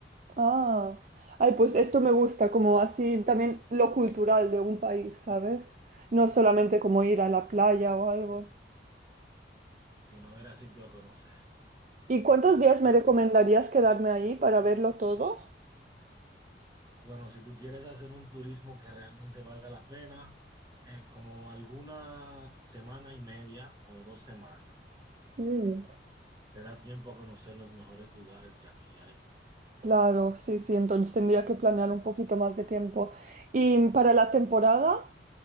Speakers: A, on the right; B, on the right.
A: Ah, ay, pues esto me gusta, como así también lo cultural de un país, ¿sabes? No solamente como ir a la playa o algo.
B: Si no era sitio a conocer.
A: ¿Y cuántos días
B: Ta-
A: me recomendarías quedarme ahí para verlo todo?
B: Bueno, si tú quieres hacer un turismo que realmente valga la pena, eh, como alguna semana y media o dos semanas,
A: Mm.
B: te da tiempo a conocer los mejores lugares que aquí hay.
A: Claro, sí, sí, entonces tendría que planear un poquito más de tiempo. Y para la temporada,